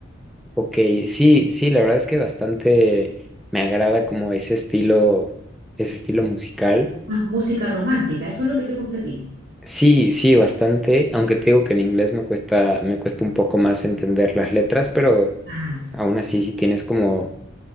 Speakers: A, in the centre; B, on the right.
A: Ok, sí, sí, la verdad es que bastante me agrada como ese estilo, ese estilo musical.
B: Más música romántica, eso es lo que te gusta a ti.
A: Sí, sí, bastante, aunque te digo que en inglés me cuesta, me cuesta un poco más entender las letras, pero
B: Ah,
A: aún así si tienes como,